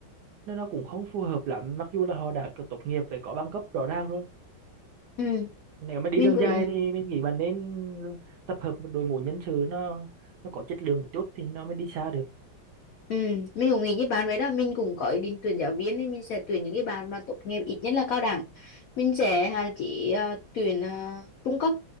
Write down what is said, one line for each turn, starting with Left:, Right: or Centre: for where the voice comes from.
Right: nó nó cũng không phù hợp lắm mặc dù là họ đã có tốt nghiệp với có bằng cấp rõ ràng rồi
Left: Ừ.
Right: nếu mà đi
Left: Mình
Right: đường
Left: cũng
Right: dài thì mình nghĩ bạn nên tập hợp một đội ngũ nhân sự nó nó có chất lượng một chút thì nó mới đi xa được
Left: Ừ, mình cũng nghĩ như bạn vậy đó mình cũng có ý định tuyển giáo viên thì mình sẽ tuyển những cái bạn mà tốt nghiệp ít nhất là cao đẳng mình sẽ hạn chế ờ, tuyển ờ, trung cấp